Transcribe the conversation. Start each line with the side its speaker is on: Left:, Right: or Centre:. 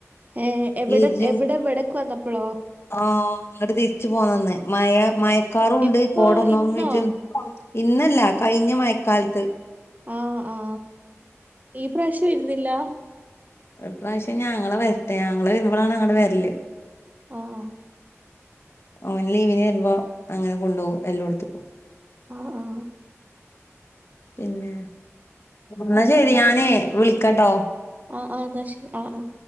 Right: ഏഹ് എവിടെ
Left: <unintelligible>
Right: എവിടെ ഇവിടക്ക് വന്നപ്പോളോ
Left: ആ ഇങ്ങട്ട് തിരിച്ചു പോന്നന്നെ മയ മയക്കാറുണ്ട്
Right: എപ്പോ
Left: കോടൊന്നയിട്ട്
Right: ഇന്നോ
Left: ഇന്നല്ല കഴിഞ്ഞ മയക്കാലത്ത്
Right: ആ ആ ഈ പ്രാവശ്യം വരുന്നില്ലാ
Left: ഇപ്രാവശ്യം ഞാങ്ങള വരട്ടെ ആങ്ങള വരുമ്പളാണ് അങ്ങട് വരല്
Right: ആഹ്
Left: ഓൻലീവിനെരുമ്പോ അങ്ങനെ കൊണ്ടോകും എല്ലോട്ത്ത് ക്കും
Right: ആ ആ
Left: പിന്നെ എന്നാ ശരി ഞാനേ വിളിക്കട്ടോ
Right: അ ആ ന്നാശ ആ ആ